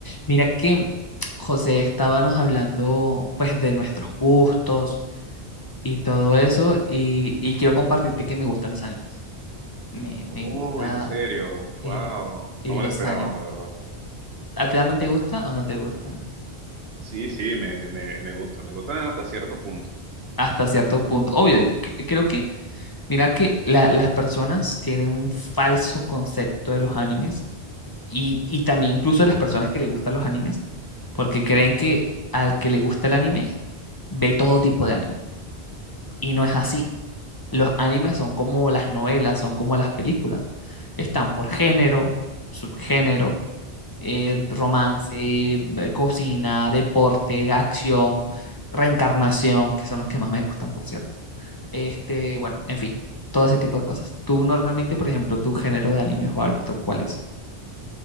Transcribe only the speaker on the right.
Oh,
en serio,
wow, no
me lo esperaba,
la verdad.
Sí, sí, me, me, me gusta, me gusta hasta cierto punto,
cierto
punto.